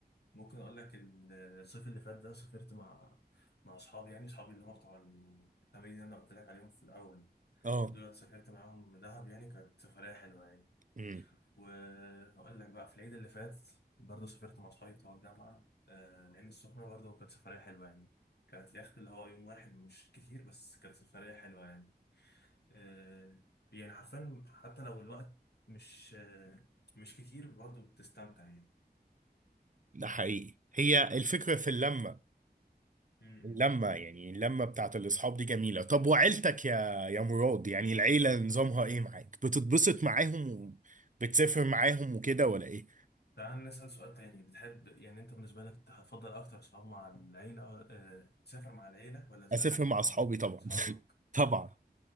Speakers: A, on the left; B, on the right.
A: ممكن اقول لك الصيف اللي فات ده سافرت مع مع اصحابي يعني اصحابي اللي هم بتوع التمرين اللي انا قلت لك عليهم في الاول
B: اه
A: دول سافرت معاهم دهب يعني كانت سفرية حلوة يعني
B: امم
A: وهقول لك بقى في العيد اللي فات برضه سافرت مع صحابي بتوع الجامعة آه العين السخنة برضه كانت سفرية حلوة يعني كانت اليخت اللي هو يوم واحد مش كتير بس كانت سفرية حلوة يعني آه يعني حرفيا حتى لو الوقت مش آه مش كتير برضه بتستمتع يعني
B: ده حقيقي هي الفكرة في اللمة
A: م-م.
B: اللمة يعني اللمة بتاعت الأصحاب دي جميلة طب وعيلتك يا يا مراد يعني العيلة نظامها إيه معاك؟ بتتبسط معاهم وبتسافر معاهم وكده ولا إيه؟
A: تعال نسأل سؤال تاني بتحب يعني أنت بالنسبة لك هتفضل أكتر صحاب مع العيلة آه تسافر مع العيلة ولا تسافر
B: أسافر
A: مع
B: مع أصحابي طبعا
A: أصحابك؟
B: <laughs> طبعا